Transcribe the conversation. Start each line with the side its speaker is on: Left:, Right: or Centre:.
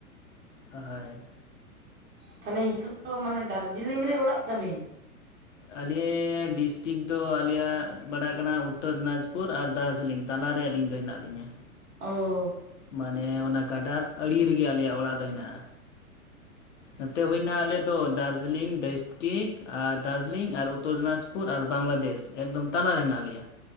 Left: ᱦᱚᱭ
Right: ᱛᱟᱦᱚᱞᱮ ᱱᱤᱛᱚᱜ ᱫᱚ ᱢᱟᱱᱮ ᱰᱟᱨᱡᱤᱞᱤᱝ ᱨᱮ ᱚᱲᱟᱜ ᱛᱟᱵᱤᱱ
Left: ᱟᱞᱮ ᱰᱤᱥᱴᱤᱠ ᱫᱚ ᱟᱞᱮᱭᱟᱜ ᱯᱟᱲᱟᱜ ᱠᱟᱱᱟ ᱩᱛᱛᱚᱨ ᱫᱤᱱᱟᱡᱽᱯᱩᱨ ᱟᱨ ᱫᱟᱨᱡᱤᱞᱤᱝ ᱛᱟᱞᱟᱨᱮ ᱟᱹᱞᱤᱧ ᱫᱚ ᱦᱮᱱᱟᱜ ᱞᱤᱧᱟᱹ᱾
Right: ᱳ
Left: ᱢᱟᱱᱮ ᱚᱱᱟ ᱜᱟᱰᱟ ᱟᱲᱮ ᱨᱮᱜᱮ ᱟᱞᱮᱭᱟᱜ ᱚᱲᱟᱜ ᱫᱚ ᱦᱮᱱᱟᱜᱼᱟ᱾ ᱱᱚᱛᱮ ᱦᱩᱭᱱᱟ ᱟᱞᱮᱫᱚ ᱫᱟᱨᱡᱤᱞᱤᱝ ᱰᱮᱥ ᱴᱤᱠ ᱟᱨ ᱫᱟᱨᱡᱤᱞᱤᱝ ᱟᱨ ᱩᱛᱛᱚᱨ ᱫᱤᱱᱟᱡᱽᱯᱩᱨ ᱟᱨ ᱵᱟᱝᱞᱟᱫᱮᱥ ᱮᱠᱫᱚᱢ ᱛᱟᱞᱟᱨᱮ ᱦᱮᱱᱟᱜ ᱞᱤᱧᱟ᱾